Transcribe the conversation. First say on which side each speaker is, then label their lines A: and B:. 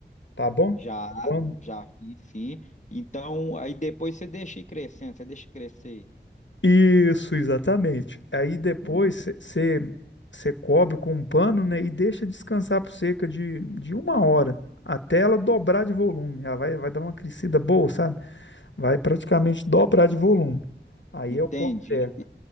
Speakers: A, on the left; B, on the left.
A: tá bom?
B: Já,
A: Vamos.
B: já fiz, sim. Então, aí depois você deixa ir crescendo, você deixa crescer.
A: Isso, exatamente. Aí depois
B: Uhum.
A: você você cobre com um pano, né, e deixa descansar por cerca de, de uma hora, até ela dobrar de volume. Ela vai, vai dar uma crescida boa, sabe? Vai praticamente dobrar de volume. Aí
B: Entende?
A: é o ponto certo,
B: E,